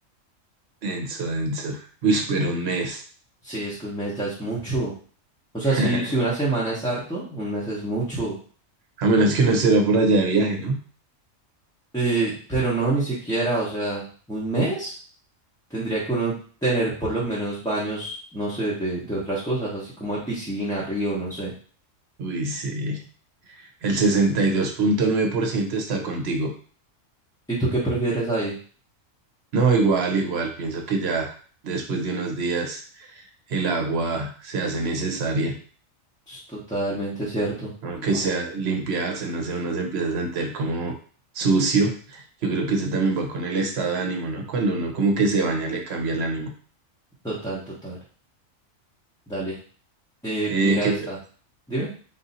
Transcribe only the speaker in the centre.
Sí, es que un mes ya es mucho. O sea,
si, si una semana es harto, un mes es mucho.
Eh, pero no, ni siquiera, o sea, un mes tendría que uno tener por lo menos baños, no sé, de, de otras cosas, así como de piscina, río, no sé.
¿Y tú qué prefieres ahí?
Es totalmente cierto.
Total, total. Dale. Eh,
mira
esta. Dime.